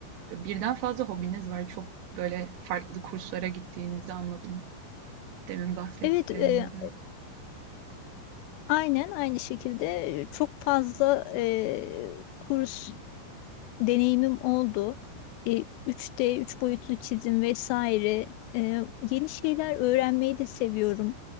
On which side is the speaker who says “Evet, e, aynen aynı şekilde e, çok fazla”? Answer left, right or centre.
Left